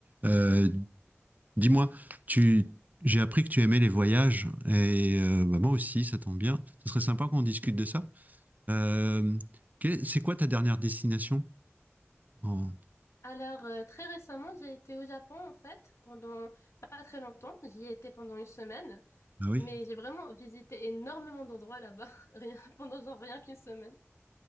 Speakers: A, on the right (about 35°); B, on the left (about 80°).
A: Euh, Dis-moi, tu, j'ai appris que tu aimais les voyages et euh, bah, moi aussi, ça tombe bien. Ce serait sympa qu'on discute de ça. Euh, quelle- c'est quoi ta dernière destination? En...
B: Alors, euh, très récemment, j'ai été au Japon, en fait, pendant pas très longtemps. J'y étais pendant une semaine,
A: Ah oui,
B: mais j'ai vraiment visité énormément d'endroits là-bas, <laughs> rien, pendant genre rien qu'une semaine.